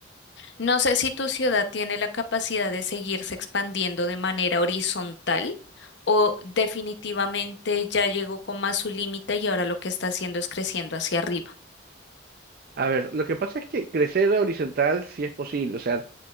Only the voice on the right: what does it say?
A ver, lo que pasa es que crecer horizontal sí es posible, o sea,